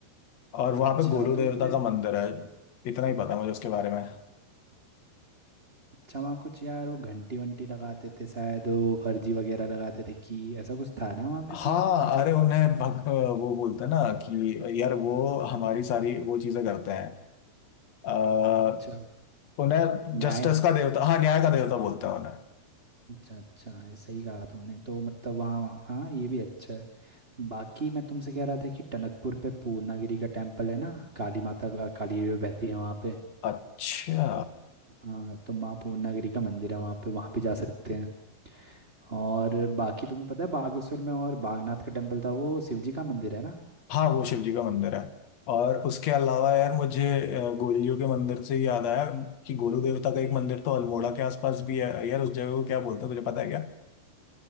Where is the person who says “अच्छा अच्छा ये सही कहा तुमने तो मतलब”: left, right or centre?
Right